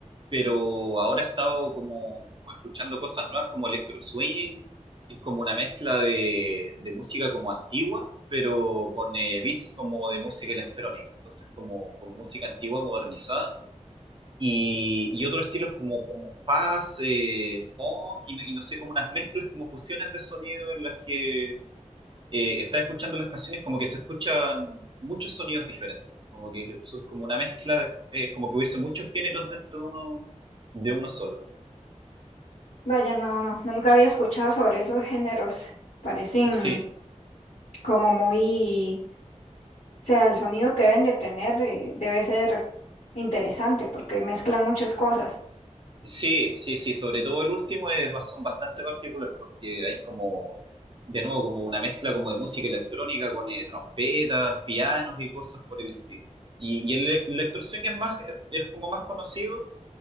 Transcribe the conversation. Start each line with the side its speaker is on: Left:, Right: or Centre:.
Right: pero ahora he estado como escuchando cosas nuevas como electro swing, que es como una mezcla de, de música como antigua, pero con eh, beats como de música electrónica. Entonces como, como música antigua modernizada. Y, y otros estilos como, como jazz, eh, funk, y, y no sé, como unas mezclas, como fusiones de sonido en las que eh, estás escuchando las canciones como que se escuchan muchos sonidos diferentes, como que eso es como una mezcla de, de- como que hubiese muchos géneros dentro de uno, de uno solo.
Left: Vaya, no, no, nunca había escuchado sobre esos géneros. Parecen
Right: Sí,
Left: como muy, o sea, el sonido que deben de tener eh, debe ser interesante porque mezclan muchas cosas.
Right: sí, sí, sí, sobre todo el último es, ba- son bastante particulares porque hay como, de nuevo, como una mezcla como de música electrónica con eh, trompetas, pianos y cosas por el estilo. Y, y el elec- electroswing es más, es como más conocido